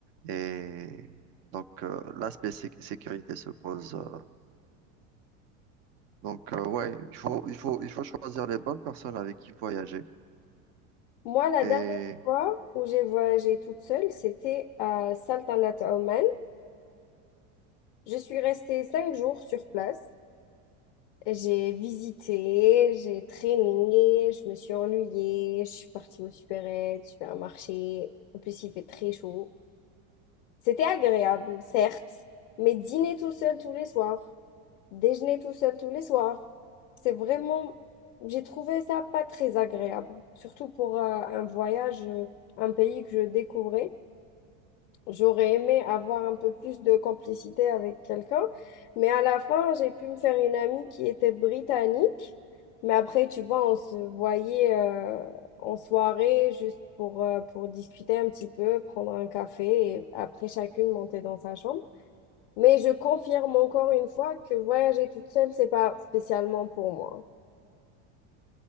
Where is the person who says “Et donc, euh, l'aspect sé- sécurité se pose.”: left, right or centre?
Right